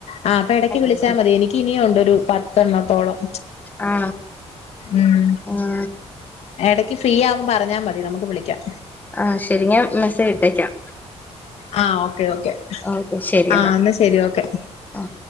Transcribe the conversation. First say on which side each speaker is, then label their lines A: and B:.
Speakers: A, on the left; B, on the left.
A: ആ അപ്പൊ ഇടക്ക് വിളിച്ചാ
B: ചെയ്തിട്ടേള്ളൂ
A: മതി എനിക്ക് ഇനിയുമുണ്ട് ഒരു പത്തെണ്ണത്തോളം
B: ആ
A: ഉം
B: ആ
A: ഇടക്ക് ഫ്രീ ആവുമ്പോ പറഞ്ഞാൽ മതി നമുക്ക് വിളിക്കാം
B: ആ. ശരി ഞാൻ മെസ്സേജ് ഇട്ടേക്കാം
A: ആ ഓക്കെ ഓക്കേ
B: ഓക്കെ ശരി
A: ആ എന്നാ ശരി ഓക്കെ
B: ആ